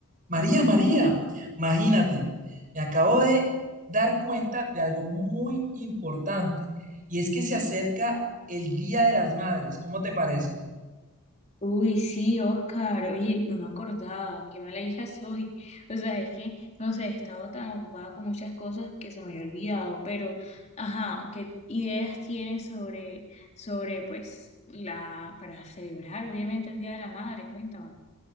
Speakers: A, on the right; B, on the left.
A: María, María, imagínate, me acabo de dar cuenta de algo muy importante y es que se acerca el Día de las Madres. ¿Cómo te parece?
B: Uy, sí, Oscar, oye, no me acordaba, qué mala <laughs> hija soy. O sea, es que, no sé, he estado tan ocupada con muchas cosas que se me había olvidado, pero, ajá, ¿qué ideas tienes sobre, sobre, pues, la, para celebrar, obviamente, el Día de la Madre? Cuéntame.